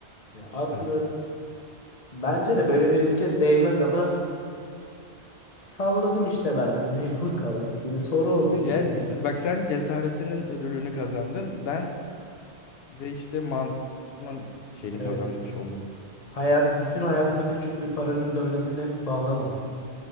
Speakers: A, on the left; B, on the left.
A: Ya
B: İşte.
A: aslında Bence de böyle bir riske değmez ama salladım işte ben de <laughs> mecbur kaldık. Yine soru olduğu
B: Yani
A: için tabii.
B: işte bak sen cesaretinin ödülünü kazandın. Ben de işte mantığımın şeyini
A: Evet.
B: kazanmış oldum.
A: Hayat, bütün hayatını küçük bir paranın dönmesine bağlamadın.